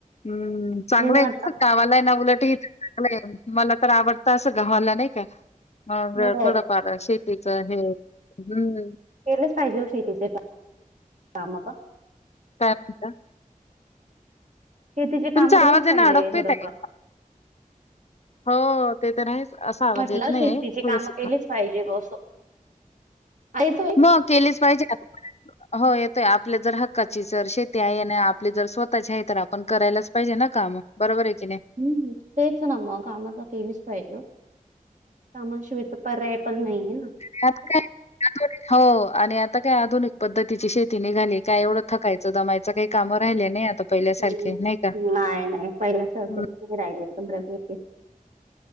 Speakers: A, on the left; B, on the right.
A: हम्म चांगलं
B: मग
A: आहे
B: आता
A: कसं गवाला आहे ना उलटच चांगलं आहे मला तर आवडतं असं गावाला नाही का मग
B: हो
A: थोडंफार शेती तच आहे हम्म
B: केलंच पाहिजे शेतीच कामा
A: काय म्हणता
B: शेतीची कामं
A: तुमचा
B: केलीच
A: आवाज
B: पाहिजे
A: येना अडकतोय
B: थोडंफार
A: ताई हो ते तर असा आवाज
B: म्हटलं
A: येत
B: शेतीची
A: नाही थोडस
B: कामं केलीच पाहिजे बस येतोय
A: म केलीच पाहिजे हो येतोय आपल्या जर हक्काची जर शेती आहे आणि आपली जर स्वतःची आहे तर आपण करायलाच पाहिजे ना काम बरोबर आहे की नाही
B: हम् तेच ना मग कामाता केलीच पाहिजे कामाशीवाय तर पर्याय पण नाहीये ना
A: त्यात काय हो आणि आता काय आधुनिक पद्धतीची शेती निघाली काय एवढं थकायचं दमायचं काही काम राहिले नाही आता पहिल्यासारखे
B: हम्म
A: नाही का
B: नाही नाही पहिल्या स
A: हं
B: नाही राहिले पंधरा दिवस